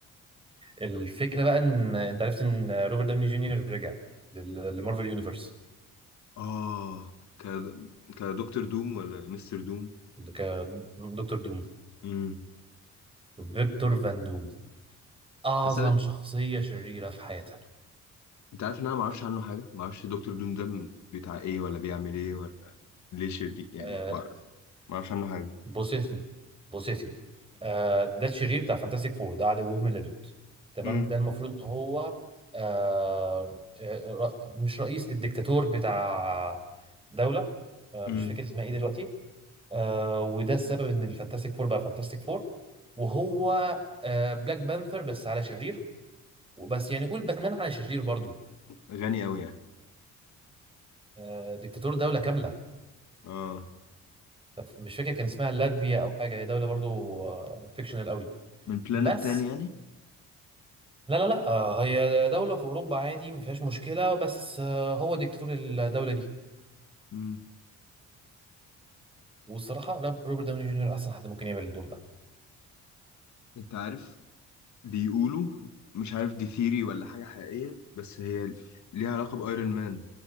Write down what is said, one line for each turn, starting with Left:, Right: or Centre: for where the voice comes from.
Right: الفكره بقى ان انت عرفت ان روبرت داوني جونيور رجع لل- لمارفل يونيفرس
Left: اه ك كدكتور دوم ولا مستر دوم
Right: كدكتور دوم
Left: امم
Right: فيكتور فان دوم اعظم
Left: بس
Right: شخصيه شريره في حياتك
Left: انت عارف ان انا ما اعرفش عنه حاجه ما اعرفش دكتور دوم ده من- بتاع ايه ولا بيعمل ايه ولا ليه شرير يعني
Right: آه،
Left: ما اعرف ما اعرفش عنه حاجه
Right: بص يا سيدي بص يا سيدي آه ده الشرير بتاع فانتاستيك فور ده عدو من اللدود تمام
Left: امم
Right: ده المفروض ان هو آه آه، ر- مش رئيس الدكتاتور بتاع دولة آه
Left: امم
Right: مش فاكر اسمها ايه دلوقتي آه وده السبب ان الفانتاستيك فور بقى فانتاستيك فور وهو آه بلاك بانثر بس على شرير وبس يعني قول باتمان على شرير برضو
Left: غني قوي يعني
Right: آه دكتاتور دولة كاملة
Left: اه
Right: مش فاكر كان اسمها لاتفيا او حاجة هي دولة برضو آه فيكشنال قوي
Left: من بلانت
Right: بس
Left: تاني يعني
Right: لا لا لا آه، هي دولة في أوروبا عادي ما فيهاش مشكلة بس آه، هو ديكتاتور الدولة دي
Left: امم
Right: والصراحة لا، روبرت داوني جونيور أحسن حد ممكن يعمل الدور ده
Left: انت عارف بيقولوا مش عارف دي ثيري ولا حاجه حقيقيه بس هي ليها علاقه بايرون مان